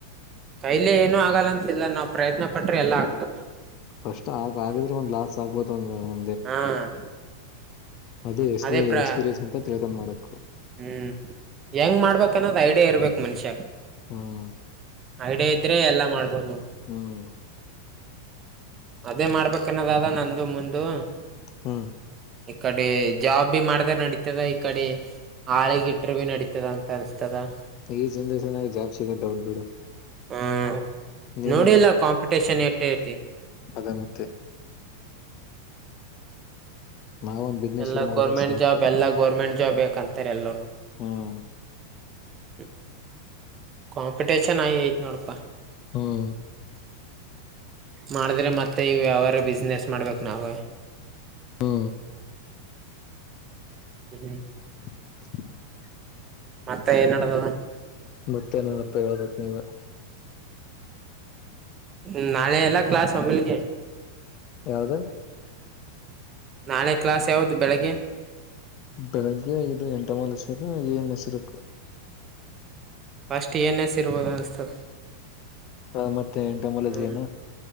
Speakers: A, on the right; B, on the left.
A: ಕೈಲೆ ಏನು ಆಗಲ್ಲ ಅಂತ ಇಲ್ಲ ನಾವ್ ಪ್ರಯತ್ನ ಪಟ್ರೆ ಎಲ್ಲ ಆಗ್ತದೆ
B: ಫಸ್ಟ್ ಆಗ ಆಗಿದ್ರು ಒಂದು ಲಾಸ್ ಸಾಗಪೋತ ಒಂದು
A: ಹಾ <unintelligible>
B: ಅದು
A: ಅದೇ ಪ್ರ
B: ಎಕ್ಸ್ಪೀರಿಯನ್ಸ್ ಅಂತ ತಿಳ್ಕೊಂಡ್ ಮಾಡಕ್ <unintelligible>
A: ಹ್ಮ್ ಹೆಂಗ್ ಮಾಡ್ಬೇಕನ್ನೋದ್ ಐಡಿಯಾ ಇರ್ಬೇಕು ಮನುಷ್ಯಾಗ
B: ಹ್ಮ್
A: ಐಡಿಯ ಇದ್ರೆ ಎಲ್ಲ ಮಾಡ್ಬೋದು ನೋ
B: ಹ್ಮ್
A: ಅದೇ ಮಾಡ್ಬೇಕನ್ನದ ಅದ ನಂದು ಮುಂದು
B: ಹಾ
A: ಈ ಕಡೆ ಜಾಬ್ ಬಿ ಮಾಡ್ದ್ರ ನಡತದ ಈ ಕಡೆ ಹಳಗಿಟ್ರ ಬಿ ನಡತದ ಅಂತ ಅನ್ಸ್ತದ
B: ಈ ಜನ್ರೇಷನ್ ಆಗ ಜಾಬ್ ಸಿಗತ್ತ ಡೌಟ್ ಬಿಡು
A: ಹ್ಮ
B: ನೀನ್
A: ನೋಡಿಲ್ಲ ಕಾಂಪಿಟೇಷನ್ ಎಟ್ಟ ಐತಿ
B: ಆದಮ್ಯಾತ್ತೆ ನಾವೊಂದ್ ಬಿಸ್ನೆಸ್
A: ಎಲ್ಲ
B: ಶುರು ಮಾಡಿದ್ರೆ
A: ಗೋರ್ಮೆಂಟ್
B: ಸಾಕು
A: ಜಾಬ್ ಎಲ್ಲ ಗೋರ್ಮೆಂಟ್ ಜಾಬ್ ಬೇಕಂತಾರೆ ಎಲ್ಲರು
B: ಹ್ಮ್
A: ಹ್ಮ ಕಾಂಪಿಟೇಷನ್ ಆಯಿ ಐತ್ ನೋಡಪಾ
B: ಹ್ಮ್
A: ಮಾಡಿದ್ರೆ ಮತ್ತೆ ಮತ್ತೆ ಯಾವಾರ ಬಿಸ್ನೆಸ್ ಮಾಡ್ಬೇಕು ನಾವೇ
B: ಹ್ಮ
A: ಸರಿ ಬಿ
B: <inaudible>
A: ಮತ್ತೆ ಏನ್ಡತದ
B: ಮತ್ತೆ ನನಪ್ಪ ಹೇಳ್ಬೇಕನ ನೀವೇ
A: ಹ್ಮ ನಾಳೆ ಎಲ್ಲ ಕ್ಲಾಸ್ ಮಮ್ಮೇಲಿಗೆ
B: ಯಾವ್ದ
A: ನಾಳೆ ಕ್ಲಾಸ್ ಯಾವದು ಬೆಳಿಗ್ಗೆ
B: ಬೆಳಗ್ಗೆ ಐದು ಎಂಟ ಮಲಸ ಏನ್ ಹೆಸಿರುಕು
A: ಅಷ್ಟಟ್ ಏನ್ ಎಸ್ ಇಬೋದು ಅನ್ನಿಸಸ್ತದೆ
B: ಹ ಮತ್ತೆ ಮತ್ತೆ ಎಂಟಮ್ಮಲಜಿ
A: ಹ್ಮ್
B: ನು